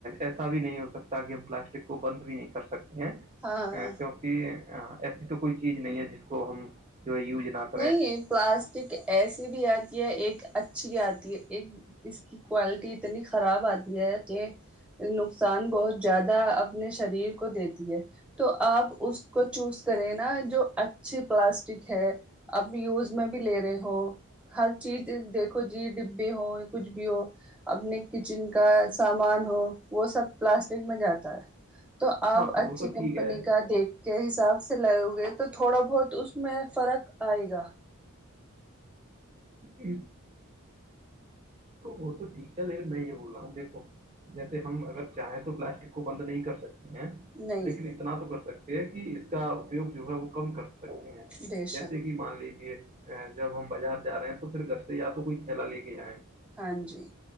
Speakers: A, on the right; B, in the centre.
A: ایسا بھی نہیں ہو سکتا کہ ہم پلاسٹک کو بند بھی نہیں کر سکتے ہیں
B: ہاں
A: کیونکہ ایسی تو کوئی چیز نہیں ہے جس کو ہم جو ہے یوج نہ کر
B: نہیں پلاسٹک ایسی بھی آتی ہے ایک اچھی آتی ہے ایک اس کی کوالٹی اتنی خراب آتی ہے کہ نقصان بہت زیادہ اپنے شریر کو دیتی ہے تو آپ اس کو چوز کریں نا جو اچھی پلاسٹک ہے اب یوز میں بھی لے رہے ہو ہر چیز دیکھو جی ڈبے ہووں کچھ بھی ہو اپنے کچن کا سامان ہو وہ سب پلاسٹک میں جاتا ہے تو آپ
A: ہاں
B: اچھی
A: وہ تو
B: کمپنی
A: ٹھیک ہے
B: کا دیکھ کے حساب سے ل ہو گئے تو تھوڑا بہت اس میں فرق آئے گا
A: ہ وہ تو ٹھیک ہے لیکن میں یہ بول رہا ہوں دیکھو جیسے ہم اگر چاہیں تو پلاسٹک کو بند نہیں کر سکتے ہیں
B: نہیں
A: لیکن اتنا تو کر سکتے ہیں کہ اس کا اپیوگ جو ہے وہ کم کر سکتے سکتے ہیں
B: بے
A: جیسے
B: شک
A: کہ مان لیجیے جب ہم بازار جا رہے ہیں تو پھر گھر سے یا تو کوئی تھیلا لے کے جائیں
B: ہاں جی